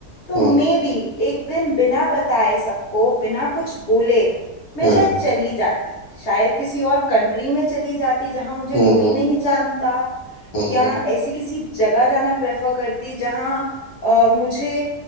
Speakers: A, on the left; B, on the left.
A: तो
B: हम्म
A: मे बी एक दिन बिना बताए सबको बिना कुछ बोले मैं
B: हम्म
A: शायद चली जाती शायद किसी और कंट्री में चली जाती जहां मुझे
B: हम्म
A: कोई
B: हम्म
A: नहीं जानता
B: हम्म
A: या ऐसी किसी जगह जाना प्रेफर करती जहां अ, मुझे